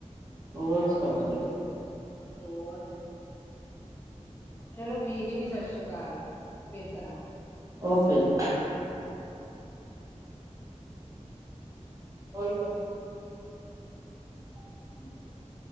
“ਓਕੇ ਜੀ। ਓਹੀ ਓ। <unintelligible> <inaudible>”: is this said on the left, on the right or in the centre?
Right